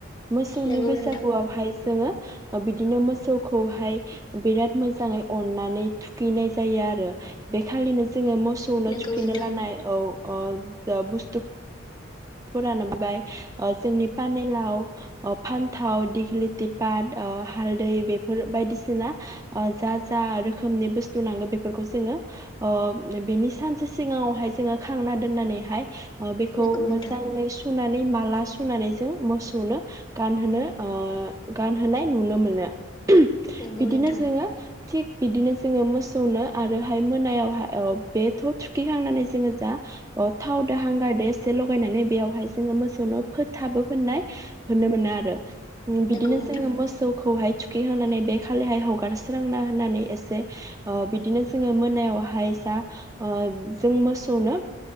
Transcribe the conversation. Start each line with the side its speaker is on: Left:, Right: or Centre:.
Right: मोसौनि
Left: नोंगौ
Right: बैसागुआवहाय
Left: नोंथां
Right: जोङो बिदिनो मोसौखौहाय बिराद मोजाङै अननानै थुखैनाय जायो आरो बेखालिनो जोङो मोसौनो
Left: नोंगौ
Right: थुखैनो
Left: नोंथां
Right: लानाय औ। अ जा बुस्थु फोरानो बेबाय ओ जोंनि पानेलाव फान्थाव दिग्लिथिपात ओ हालदै बेफोर बायदिसिना ओ जा जा रोखोमनि बुस्थु नांगौ बेफोरखौ जोङो ओ बेनि सानसे सिगाङावहाय जोङो खांना दोननानैहाय ओ बेखौ
Left: नोंगौ
Right: मोजाङै
Left: नोंथां
Right: सुनानै माला सुनानै जों मोसौनो गानहोनो ओ गानहोनाय नुनो मोनो। उम
Left: नोंगौ
Right: बिदिनो
Left: नोंथां
Right: जोङो थिग बिदिनो जोङो मोसौनो आरोहाय मोनायावहाय औ बेथ थुखिहांनानै जोङो जा थावदो हांगारदो एसे ल लगायनानै बेयावहाय जोङो मोसौनो फोथाबो फोननाय नुनो मोनो आरो । उम बिदिनो
Left: नोंगौ नोंथां
Right: जोङो मोसौखौहाय। थुखैहोनानै बे खालिहाय हगारस्रांना होननानै एसे हो ओ बिदिनो जोङो मोनायावहाय जा ओ जों मोसौनो